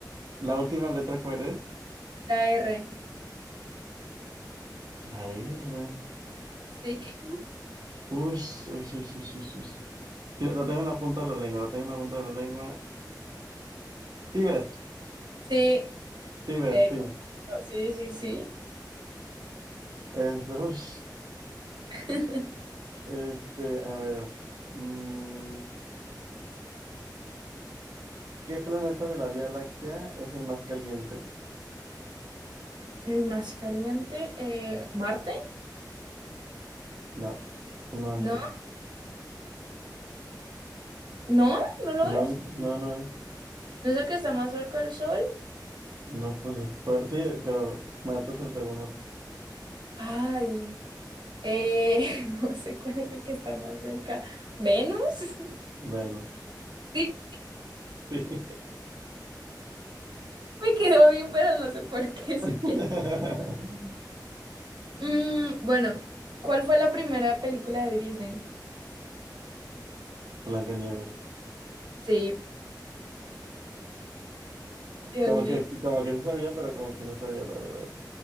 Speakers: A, on the right; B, on the right.
A: ¿La última letra cuál es?
B: la R.
A: La R.
B: sí.
A: Ush, ush, ush, ush, ush, ush. Sí, La tengo en la punta de la lengua, la tengo en la punta de la lengua. Tiber,
B: Sí,
A: Tiber,
B: eh,
A: sí.
B: sí, sí, sí.
A: Es, ush.
B: <laughs>
A: Este, a ver, mm, ¿qué planeta de la Vía Láctea es el más caliente?
B: El más caliente, eh, Marte.
A: No, no antes.
B: No, no, no lo
A: No,
B: es.
A: no, no es.
B: ¿No es el que está más cerca del Sol?
A: No, pues, por- sí, pero Marte es el segundo.
B: Ay, eh, <laughs> no sé cuál es el que está más cerca. ¿Venus? <laughs>
A: Venus.
B: Sí,
A: Sí.
B: Me quedó bien, pero no sé por qué siquiera.
A: <laughs>
B: Mm, bueno, ¿cuál fue la primera película de Disney?
A: Blancanieves.
B: Sí, Dios
A: Como
B: mío.
A: que, como que sí sabía, pero como que no sabía la verdad.